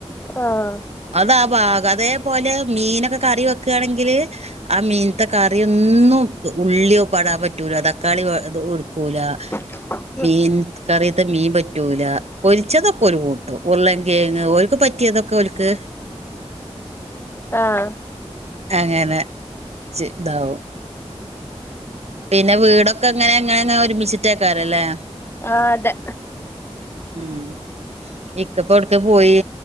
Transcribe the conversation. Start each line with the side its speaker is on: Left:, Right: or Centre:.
Left: ആഹ്
Right: അതാ ഭാഗം അതേപോലെ മീനൊക്കെ കറി വെക്കണെങ്കില് ആ മീനത്തെ കറിയൊന്നും ഉള്ളിയോ പാടൻ പറ്റൂല തക്കാളി ഒടുക്കൂല
Left: ആ <inaudible>
Right: മീൻ കറിയത്തെ മീൻ പറ്റൂല പൊരിച്ചതൊക്കെ ഓരു കൂട്ടും ഉരുള്ളൻ കെയങ്ങ് ഓല്ക്ക് പറ്റിയതൊക്കെ ഓല്ക്ക്
Left: ആഹ്
Right: അങ്ങനെ ഇതാവും പിന്നെ വീടൊക്കെ അങ്ങനെ ഇങ്ങനെ ഒരുമിച്ചിട്ടേക്കാറല്ലേ
Left: ആഹ് അതെ
Right: ഉം ഇക്കപ്പോവിടക്കാ പോയി